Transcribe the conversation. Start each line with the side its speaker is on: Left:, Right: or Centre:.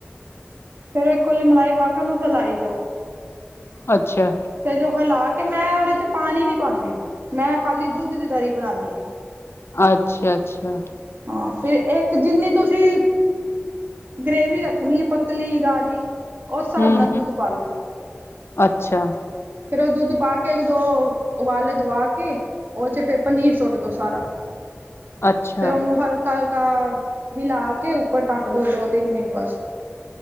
Right: ਫਿਰ ਉਹ ਇੱਕ ਕੋਲੀ ਮਲਾਈ ਪਾਕੇ, ਉਹਨੂੰ ਹਲਾਈ ਜਾਓ।
Left: ਅੱਛਾ।
Right: ਤੇ ਜੋ ਹਲਾਕੇ ''ਮੈਂ ਉਹਦੇ'ਚ ਪਾਣੀ ਨਹੀਂ ਪਾਂਦੀ। ''ਮੈਂ ਖਾਲੀ ਦੁੱਧ ਦੀ ਤਰੀ ਬਣਾਂਨੀ ਆਂ।
Left: ਅੱਛਾ-ਅੱਛਾ।
Right: ਹਾਂ, ਫਿਰ ਇੱਕ ਜਿੰਨੀ ਤੁਸੀਂ ਗ੍ਰੇਵੀ ਰੱਖਣੀ ਏ ਪਤਲੀ, ਗਾੜੀ ਉਸ ਹਿਸਾਬ
Left: ਹੂੰ,
Right: ਨਾਲ ਦੁਧ
Left: ਹੂੰ
Right: ਪਾਲੋ।
Left: ਅੱਛਾ,
Right: ਫਿਰ ਉਹ ਦੁੱਧ ਪਾਕੇ ਇੱਕ-ਦੋ ਉਬਾਲੇ ਦਵਾਕੇ, ਉਹ'ਚ ਫਿਰ ਪਨੀਰ ਸੁੱਟ ਦੋ ਸਾਰਾ।
Left: ਅੱਛਾ,
Right: ਫਿਰ ਉਹਨੂੰ ਹਲਕਾ-ਹਲਕਾ ਹਿਲਾਕੇ, ਉੱਪਰ ਟੱਕਦੋ ਦੋ-ਤਿੰਨ ਮਿੰਟ ਵਾਸਤੇ।